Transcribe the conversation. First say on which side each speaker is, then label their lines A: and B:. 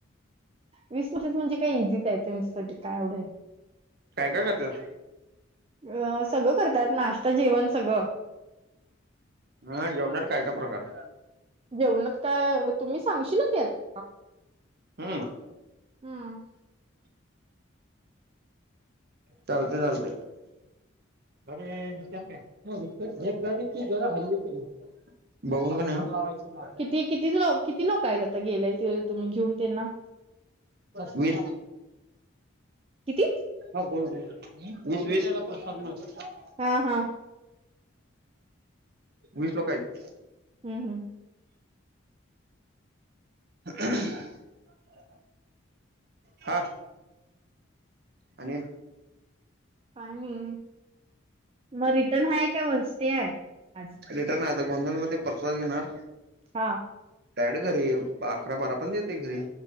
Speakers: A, on the right; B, on the right.
A: वीस पचस म्हणजे काय इझीच आहे त्यांच्यासाठी काय एव्हढ
B: काय काय करत्यात
A: अ सगळं करतात नाश्त जेवण सगळं
B: ह जेवणाात काय काय प्रकार
A: जेवणात काय तुम्ही सांगशीला ते असेल,
B: हम्म
A: हम
B: चालतंय चालतंय अगचान काय एक गाडीची जरा हल्ली ती बघू नका नेघ,
A: किती किती किती लोक काय तता गेलंय ते तुम्ही घेऊन त्यांना
B: वीस
A: किती
B: ह् बोल भाई शिसवी च्याला प्रसाद मिळतो,
A: हा हा
B: वीस लोक आहेत
A: हम् हम
B: <unintelligible> हा आणि
A: काय नाही मग रिटर्न आहेय काय वस्ती आहे आज
B: रिटर्न आहे आता गोंधल मध्ये प्रसाद घेणार
A: हा
B: बॅड घरी अकरा बारा पण येतंय घरी